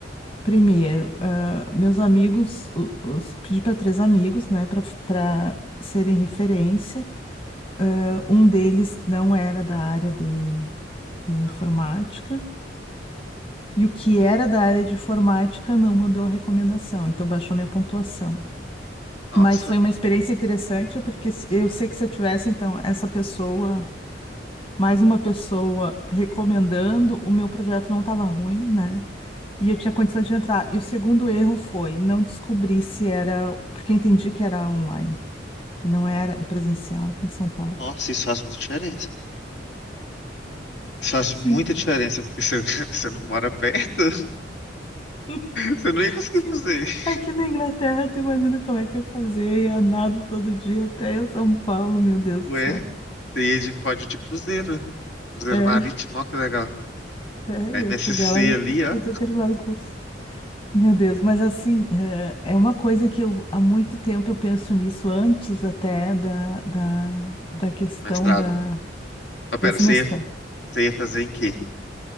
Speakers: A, on the left (about 30°); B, on the left (about 70°).
A: Primeiro, ah, meus amigos, o- os, pedi para três amigos, né, para para serem referência. Ah, um deles não era da área de, de informática,
B: Aham.
A: e o que era da área de informática não mandou a recomendação, então baixou minha pontuação.
B: Nossa,
A: Mas foi uma experiência interessante, porque se- eu sei que se eu tivesse, então, essa pessoa. mais uma pessoa recomendando, o meu projeto não estava ruim, né?
B: entendi.
A: E eu tinha condições de entrar. E o segundo erro foi não descobrir se era, porque eu entendi que era online e não era, é presencial em São Paulo.
B: Nossa, isso faz muita diferença. Isso faz
A: Sim.
B: muita diferença, porque você, <laughs> você não mora perto.
A: <laughs>
B: Você não ia conseguir
A: Sim,
B: fazer. isso.
A: aqui na Inglaterra, tu imagina como é que é fazer, ia nado todo dia até São Paulo, meu Deus
B: Ué,
A: do céu.
B: você ia de, pode de cruzeiro. Cruzeiro
A: É,
B: marítimo, ó, que legal.
A: é,
B: A
A: ia
B: MSC
A: chegar lá,
B: ali, ó.
A: eu ter terminado o curso. Meu Deus, mas assim, eh, é uma coisa que eu há muito tempo eu penso nisso, antes até da, da,
B: Aham.
A: da questão
B: Mestrado.
A: da,
B: Ah, pera,
A: desse
B: você
A: mestrado.
B: ia, você ia fazer em quê?